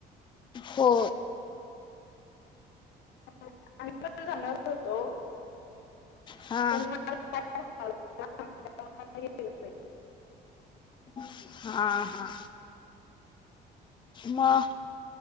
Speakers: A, on the left (about 30°); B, on the left (about 80°).
A: हो
B: आम्ही पण जाणार होतो
A: हा
B: पण <inaudible>
A: हा हा मग